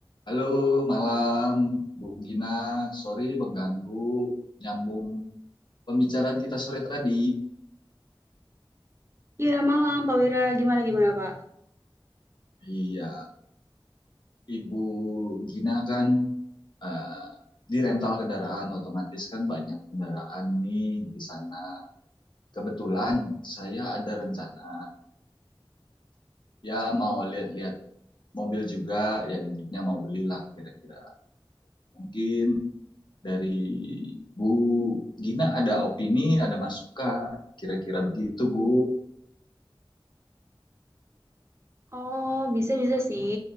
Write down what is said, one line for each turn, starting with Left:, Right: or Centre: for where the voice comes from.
Left: Halo, malam Bu Gina. Sorry mengganggu nyambung pembicaraan kita sore tadi.
Right: Iya malam Pak Wira, gimana gimana Pak?
Left: Iya, Ibu Gina kan eh, di rental kendaraan otomatis kan banyak kendaraan nih di sana. Kebetulan saya ada rencana ya mau lihat-lihat mobil juga ya intinya mau belilah kira-kira. Mungkin dari Bu Gina ada opini, ada masukan kira-kira begitu Bu.
Right: Oh bisa bisa sih,